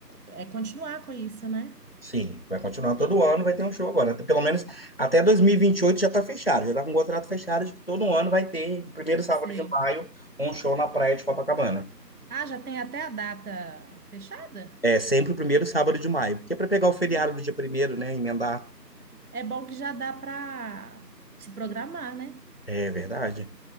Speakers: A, on the right (about 60°); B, on the left (about 35°).
A: é, continuar com isso, né?
B: Sim, vai continuar todo ano, vai ter um show agora. Até Pelo menos até dois mil e e vinte e oito já está fechado, já está com o contrato fechado de que todo ano vai ter, no primeiro sábado
A: Sei.
B: de maio, um show na praia de Copacabana.
A: Ah, já tem até a data fechada?
B: É sempre o primeiro sábado de maio, que é para pegar o feriado
A: Ai,
B: do dia primeiro, né? Emendar.
A: É bom que já dá para se programar, né?
B: É verdade.